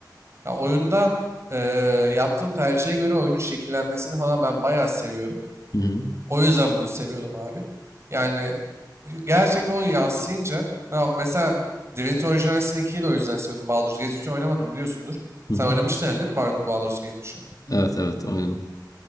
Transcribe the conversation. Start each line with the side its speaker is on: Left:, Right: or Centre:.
Right: Ya oyunda eee, yaptığım tercihe göre oyunun şekillenmesini falan ben bayağı seviyorum.
Left: Hı hı.
Right: O yüzden bunu seviyordum abi. Yani gerçekten o yansıyınca ha mesela Divinity Original Sin 2'yi de o yüzden seviyordum. Baldur's Gate 3'ü oynamadım biliyorsundur.
Left: Hı
Right: Sen
Left: hı.
Right: oynamıştın herhalde değil mi Baldur's Gate 3'ü?
Left: Evet evet oynadım.